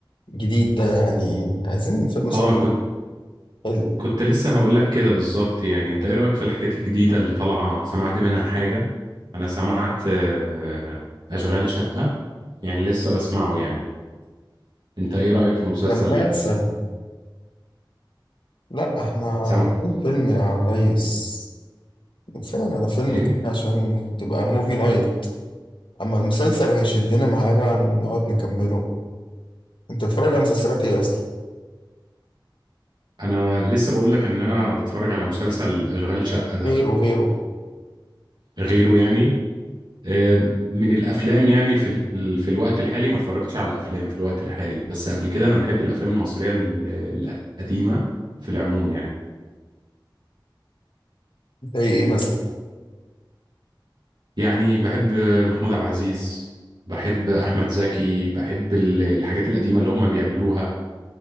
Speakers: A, on the left; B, on the right.
A: جديد ده يعني عايزين فيلم
B: اه
A: صح
B: أنا كنت
A: حلو
B: كنت لسه هقول لك كده بالظبط يعني انت ايه رأيك في الحاجات الجديدة اللي طالعة سمعت منها حاجة انا سمعت آه، اشغال شقة يعني لسه بسمعه يعني انت ايه رأيك في المسلسل
A: ده مسلسل
B: ده
A: لا احنا
B: سمع
A: في فيلم يا ريس نتفرج على فيلم
B: ايه
A: كده عشان تبقى موفي نايت اما المسلسل هيشدنا معاه بقى نقعد نكمله انت بتتفرج على مسلسلات ايه اصلا
B: انا لسه بقول لك ان انا بتفرج على مسلسل اشغال شقة ده
A: غيره غيره
B: غيره يعني آه، من الافلام يعني في ال- في الوقت الحالي ما اتفرجتش على افلام في الوقت الحالي بس قبل كده انا بحب الافلام المصريه ال- القديمه في العموم يعني
A: زي ايه مثلا
B: يعني بحب محمود عبد العزيز بحب احمد زكي بحب ال- الحاجات القديمه اللي هم بيعملوها